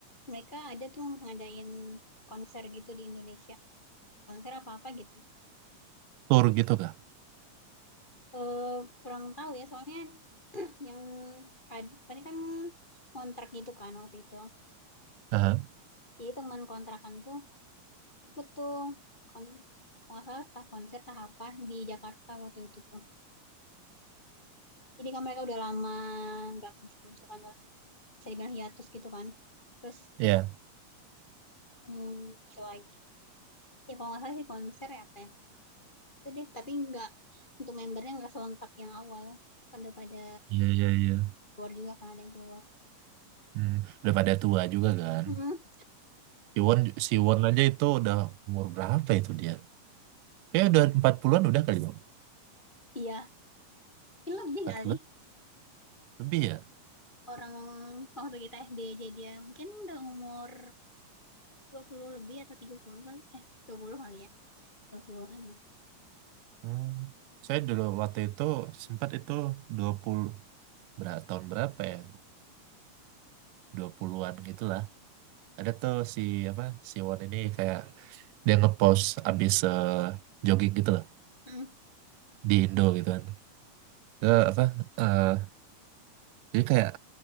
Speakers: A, on the left (about 40°); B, on the right (about 80°).
A: Mereka ada tuh ngadain konser gitu di Indonesia. Konser apa-apa gitu.
B: Tour gitu kah?
A: eh kurang tahu ya soalnya <clears throat> yang ad- ini kan kontrak gitu kan waktu itu.
B: Aha,
A: Nah, jadi teman kontrakan tuh ikut tuh kon kalau nggak salah entah konser entah apa di Jakarta waktu itu tuh. Jadi kan mereka udah lama nggak muncul-muncul kan, udah bisa dibilang hiatus gitu kan. Terus
B: Iya.
A: udah hmm, muncul lagi. Ya kalau nggak salah sih konser ya apa ya. Itu deh, tapi nggak untuk membernya nggak selengkap yang awal. Pada pada
B: Iya, iya, iya.
A: keluar juga kan ada yang keluar.
B: Hmm, Udah pada tua juga kan.
A: Mm-mm.
B: Si Won, si Won aja itu udah umur berapa itu dia? Ya udah 40-an udah kali Bang.
A: Iya, ini lebih
B: 40-an
A: kali.
B: lebih ya.
A: orang waktu kita SD aja dia mungkin udah umur 20 lebih atau 30 kan eh 20 kali ya 20-an lah.
B: Hmm. Saya dulu waktu itu sempat itu 20 berapa tahun berapa ya? 2020-an gitulah. Ada tuh si apa? Si Won ini kayak dia ngepost abis eh, jogging gitu lah
A: Hmm,
B: di Indo gitu kan. Eh, apa? eh, jadi kayak